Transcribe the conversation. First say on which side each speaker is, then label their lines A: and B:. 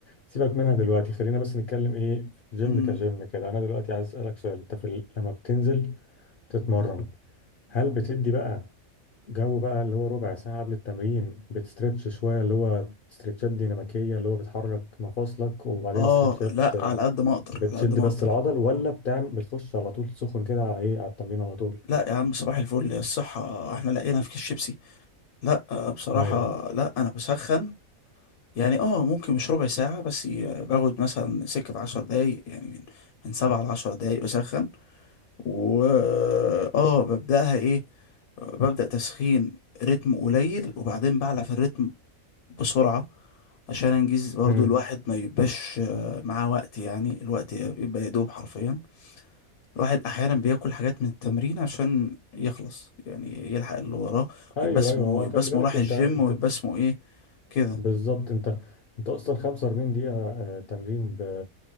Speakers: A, on the left; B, on the left.
A: سيبك منها دلوقتي خلينا بس نتكلم ايه في الجيم
B: مم.
A: كجيم كده انا دلوقتي عايز اسألك سؤال انت في ال- لما بتنزل تتمرن هل بتدي بقى جو بقى اللي هو ربع ساعة قبل التمرين بتسترتش شوية اللي هو استرتشات ديناميكية اللي هو بتحرك مفاصلك وبعدين
B: اه
A: استرتشات
B: لا
A: آه،
B: على قد ما اقدر
A: بتشد
B: على قد ما
A: بس
B: اقدر
A: العضل ولا بتعمل بتخش على طول سخن كده على ايه على التمرين على طول
B: لا يا عم صباح الفل الصحة احنا لقينا في كيس شيبسي لا آه، بصراحة
A: ايوه
B: لا انا بسخن يعني اه ممكن مش ربع ساعة بس ي- باخد مثلا سكة عشر دقايق يعني من من سبعة لعشر دقايق بسخن و اه ببدأها ايه ببدأ تسخين رتم قليل وبعدين بعلى في الرتم بسرعة عشان انجز برضو
A: امم
B: الواحد ما يبقاش آه، معاه وقت يعني الوقت بيبقى يدوب حرفيا الواحد احيانا بياكل حاجات من التمرين عشان يخلص يعني يلحق اللي وراه
A: ايوه
B: يبقى اسمه
A: ايوه هو
B: يبقى
A: خلي
B: اسمه
A: بالك
B: راح
A: انت
B: الجيم
A: انت
B: ويبقى اسمه ايه كده
A: بالظبط انت انت اصلا 45 دقيقة آه، تمرين ب...